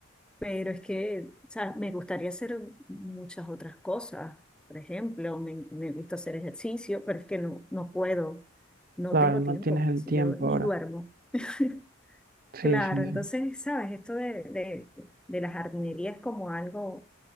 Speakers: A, in the centre; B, on the right.
A: pero es que, o sea, me gustaría hacer muchas otras cosas, por ejemplo, me, me gusta hacer ejercicio, pero es que no, no puedo, no
B: claro,
A: tengo
B: no
A: tiempo,
B: tienes el
A: si
B: tiempo
A: yo ni
B: ahora.
A: duermo. <laughs>
B: Sí,
A: Claro,
B: sí,
A: entonces,
B: sí.
A: sabes, esto de, de, de la jardinería es como algo